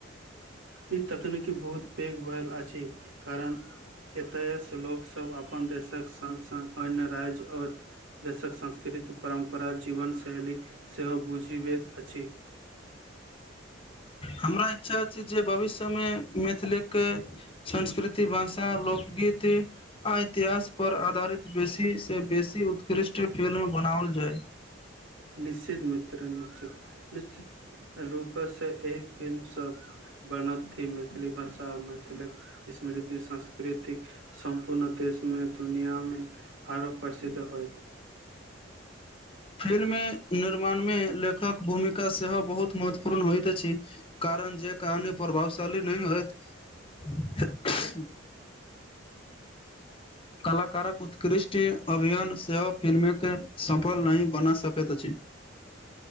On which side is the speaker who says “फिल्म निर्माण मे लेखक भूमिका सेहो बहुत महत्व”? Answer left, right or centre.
Left